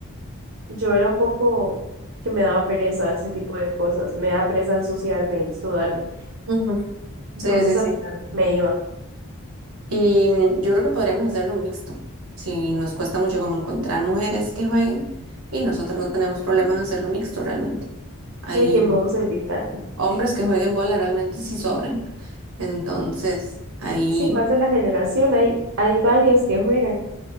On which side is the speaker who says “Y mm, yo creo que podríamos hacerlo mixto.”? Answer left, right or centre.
Right